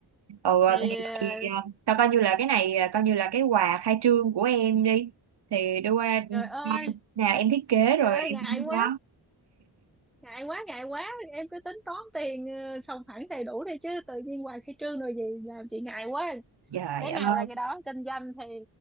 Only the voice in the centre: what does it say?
thì
ờ,
trời ơi
trời ơi
ngại
quá
ngại quá ngại quá em cứ tính toán tiền ờ, xong hẳn đầy đủ đi chứ tự nhiên hoài khai trương rồi gì làm chị ngại quá
cái
nào ra cái đó kinh doanh thì